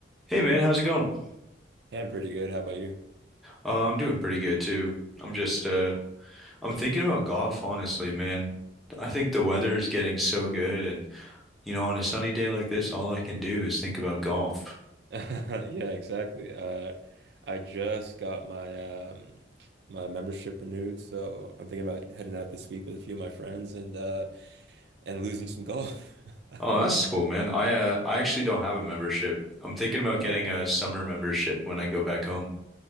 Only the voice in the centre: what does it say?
Hey man, how's it going?
Uh, I'm doing pretty good too. I'm just uh I'm thinking about golf, honestly, man. I think the weather is getting so good and you know, on a sunny day like this, all I can do is think about golf.
Oh, that's cool, man. I uh I actually don't have a membership. I'm thinking about
getting a summer membership when I go back home.